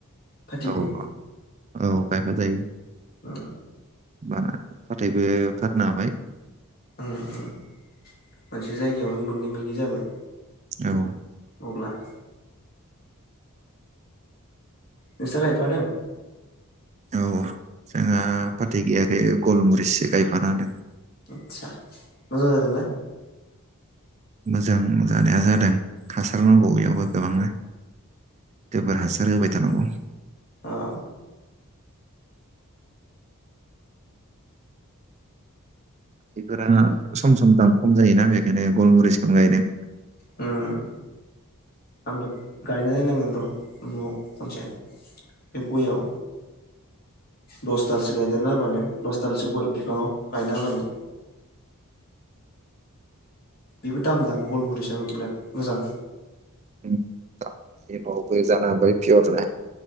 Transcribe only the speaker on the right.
औ औ गायफा जायो।
बाना फाथैबो फाननो हाबाय
औ
औ जोंहा फाथै गैयाखै गलमु इसे गायफाना होदों
मोजां जानाया जादों। हासार नांगौ एयावबो गोबांनो गोबोर हासारहोबाय जानांगौ
बेफोरानो सम सम दाम खम' जायोना बेखायनो गलमुरिसखौनो गायदों
<unintelligible> एबावबो जाना <unintelligible>